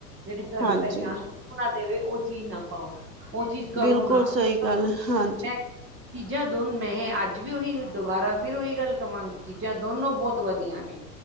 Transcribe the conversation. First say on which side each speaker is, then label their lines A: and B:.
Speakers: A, on the right; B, on the right.
A: ਜਿਹੜੀ ਤੁਹਾਡੀ
B: ਹਾਂਜੀ
A: ਪਹਿਚਾਣ ਖੋਹ ਨਾ ਦੇਵੇ ਉਹ ਚੀਜ਼ ਨਾ ਪਾਓ। ਉਹ ਚੀਜ਼ ਕਰੋ
B: ਬਿਲਕੁਲ
A: ਨਾ,
B: ਸਹੀ
A: ਚੀਜ਼ ਕਰੋ
B: ਗੱਲ ਹਾਂਜੀ
A: ਮੈਂ ਚੀਜ਼ਾਂ ਦੋ ਮੈਂ ਅੱਜ ਵੀ ਉਹੀ ਦੁਬਾਰਾ ਫਿਰ ਉਹੀ ਗੱਲ ਕਵਾਂਗੀ ਚੀਜ਼ਾਂ ਦੋਨੋ ਬੋਤ ਵਧੀਆ ਨੇ